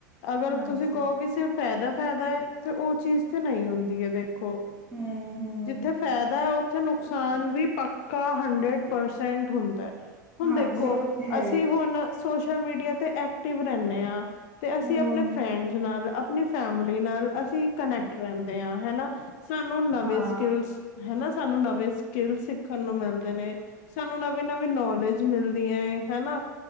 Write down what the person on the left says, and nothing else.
ਅਗਰ
ਤੁਸੀਂ ਕਹੋ ਕਿਸ ਸ ਫਾਇਦਾ, ਫਾਇਦਾ ਹੈ ਤੇ ਉਹ ਚੀਜ਼ ਥੇ ਨਹੀਂ ਹੁੰਦੀ ਹੈ ਦੇਖੋ
ਜਿੱਥੇ ਫਾਇਦਾ ਹੈ ਉੱਥੇ ਨੁ ਨੁਕਸਾਨ ਵੀ ਪੱਕਾ ਹੰਡਰਡ ਪਰਸੈਂਟ ਹੁੰਦਾ ਹੈ। ਹੁਣ
ਦੇਖੋ
ਅਸੀਂ
ਹੁਣ ਸੋਸ਼ਲ ਮੀਡੀਆ ਤੇ ਐਕਟਿਵ ਰਹਿੰਦੇ ਹਾਂ ਤੇ ਅਸੀਂ
ਆਪਣੇ ਫੈਂਡ ਨਾਲ ਆਪਣੀ ਫੈਮਲੀ ਨਾਲ ਅਸੀਂ ਕਨੈਕਟ ਰਹਿੰਦੇ ਹਾਂ ਹਨਾ ਸਾਨੂੰ ਨਵੇਂ
ਸਕਲਸ ਹਨਾ ਸਾਨੂੰ ਨਵੇਂ ਸਕਿੱਲ ਸਿੱਖਣ ਨੂੰ ਮਿਲਦੇ ਨੇ ਸਾਨੂੰ ਨਵੀਂ, ਨਵੀਂ ਨੌਲੇਜ ਮਿਲਦੀਆਂ ਹਨਾ।